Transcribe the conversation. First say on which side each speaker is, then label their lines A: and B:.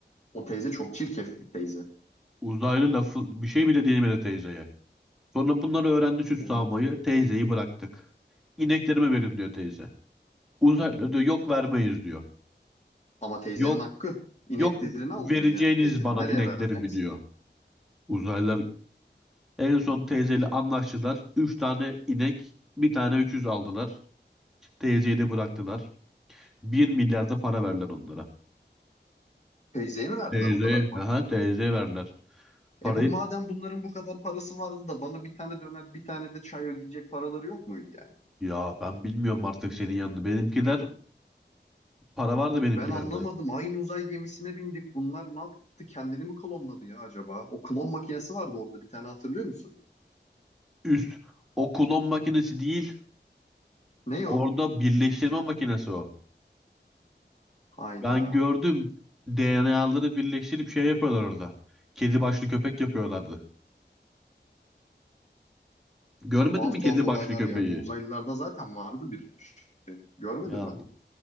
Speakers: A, on the left (about 40°); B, in the centre.
A: O teyze çok çirkef bir teyze.
B: Uzaylı lafı bir şey bile diyemedi teyzeye. Sonra bunları öğrendi süt
A: O-
B: sağmayı. Teyzeyi bıraktık. İneklerimi verin diyor teyze. Uzaylı diyor yok vermeyiz diyor.
A: Ama teyzenin
B: Yok
A: hakkı. İneklerini
B: yok
A: aldınız
B: vereceğiniz
A: yani teyzenin.
B: bana
A: Nereye
B: ineklerimi
A: vereceğiniz
B: diyor.
A: ki?
B: Uzaylılar en son teyzeyle anlaştılar. Üç tane inek bir tane öküz aldılar. Teyzeyi de bıraktılar. Bir milyarda para verler onlara.
A: Teyzeye mi verdiler
B: Teyzeye,
A: o kadar parayı?
B: aha teyzeye verler. Parayı
A: E bu madem bunların bu kadar parası vardı da bana bir tane döner bir tane de çay ödeyecek paraları yok muydu yani?
B: Ya ben bilmiyorum artık senin yanında. Benimkiler para vardı benimkilerde.
A: Ben anlamadım. Aynı uzay gemisine bindik. Bunlar ne yaptı? Kendini mi klonladı ya acaba? O klon makinesi vardı orada bir tane hatırlıyor musun?
B: Üst. O klon makinesi değil.
A: Ne
B: Orada
A: o?
B: birleştirme makinesi o.
A: Hayda.
B: Ben gördüm. DNA'ları birleştirip şey yapıyorlar orada. Kedi başlı köpek yapıyorlardı. Görmedin
A: Tuhaf
B: mi
A: tuhaf
B: kedi
A: olaylar
B: başlı köpeği?
A: ya. Bu uzaylılarda zaten vardı bir tür. Görmedim
B: Ya
A: ben.